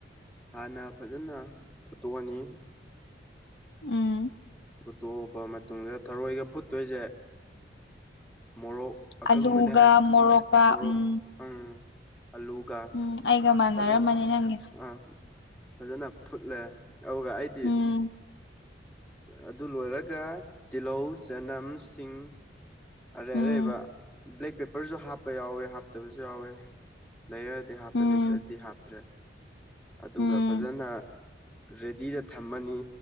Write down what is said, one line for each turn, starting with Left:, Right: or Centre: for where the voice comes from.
Centre: ꯍꯥꯟꯅ ꯐꯖꯅꯥ ꯐꯨꯠꯇꯣꯛꯑꯅꯤ
Left: ꯎꯝ꯫
Centre: ꯐꯨꯠꯇꯣꯛꯑꯕ ꯃꯇꯨꯡꯗ ꯊꯔꯣꯏꯒ ꯐꯨꯠꯇꯣꯏꯁꯦ ꯃꯣꯔꯣꯛ ꯑꯀꯪꯕꯅꯦ
Left: ꯑꯂꯨꯒ ꯃꯣꯔꯣꯛꯀ
Centre: ꯃꯣꯔꯣꯛ
Left: ꯎꯝ
Centre: ꯎꯝ ꯑꯂꯨꯒ
Left: ꯎꯝ ꯑꯩꯒ ꯃꯥꯟꯅꯔꯝꯃꯅꯤ
Centre: ꯐꯖꯥꯟ
Left: ꯅꯪꯒꯤꯁꯦ
Centre: ꯑꯥ ꯐꯖꯅꯥ ꯐꯨꯠꯂꯦ ꯑꯗꯨꯒ ꯑꯩꯗꯤ
Left: ꯎꯝ
Centre: ꯑꯗꯨ ꯂꯣꯏꯔꯒ ꯇꯤꯜꯍꯧ ꯆꯅꯝ ꯁꯤꯡ ꯑꯔꯩ
Left: ꯎꯝ
Centre: ꯑꯔꯩꯕ ꯕ꯭ꯂꯦꯛ ꯄꯦꯄꯔꯖꯨ ꯍꯥꯞꯄ ꯌꯥꯎꯋꯦ ꯍꯥꯞꯇꯕꯖꯨ ꯌꯥꯎꯋꯦ ꯂꯩꯔꯗꯤ ꯍꯥꯞꯄꯦ
Left: ꯎꯝ
Centre: ꯂꯩꯇ꯭ꯔꯥꯗꯤ ꯍꯥꯞꯇ꯭ꯔꯦ ꯑꯗꯨꯒ
Left: ꯎꯝ
Centre: ꯐꯖꯅꯥ ꯔꯦꯗꯤꯗ ꯊꯝꯃꯅꯤ